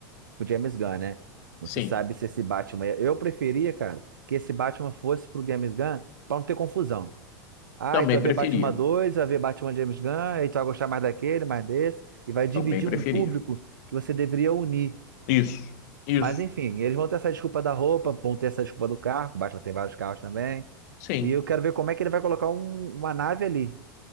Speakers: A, on the right; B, on the left.
A: o James Gunn, né? Não
B: sim.
A: se sabe se esse Batman. Eu preferia, cara, que esse Batman fosse pro James Gunn pra não ter confusão. Ah,
B: Também
A: então vai
B: preferia.
A: ver Batman 2, vai ver Batman James Gunn, aí tu vai gostar mais daquele, mais desse, e vai dividir
B: Também preferia.
A: um público que você deveria unir.
B: Isso, isso.
A: Mas enfim, eles vão ter essa desculpa da roupa, vão ter essa desculpa do carro, basta tem vários carros também.
B: Sim.
A: E eu quero ver como é que ele vai colocar um- uma nave ali.